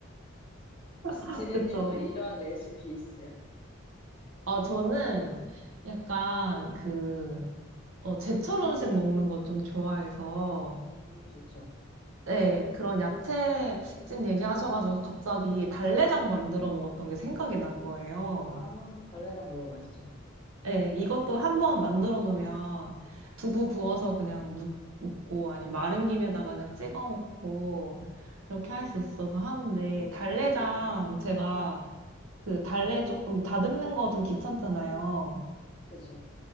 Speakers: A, on the left (about 25°); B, on the right (about 85°).
A: 혹시
B: 아,
A: 지니님도
B: 그쵸.
A: 이런 레시피 있으세요?
B: 어, 저는 약간 그, 어, 제철 음식 먹는 거 좀 좋아해서
A: 음, 좋죠.
B: 네, 그런 야채집 얘기하셔가지고 갑자기 달래장 만들어 먹었던 게 생각이 난 거예요.
A: 아, 달래장 너무 맛있죠.
B: 네, 이것도 한번 만들어 놓으면 두부 구워서 그냥 무- 먹고 아니면 마른 김에다가 그냥 찍어 먹고 그렇게 할 수 있어서 하는데 달래장
A: 음,
B: 제가 그 달래 조금 다듬는 거 좀 귀찮잖아요.
A: 그쵸.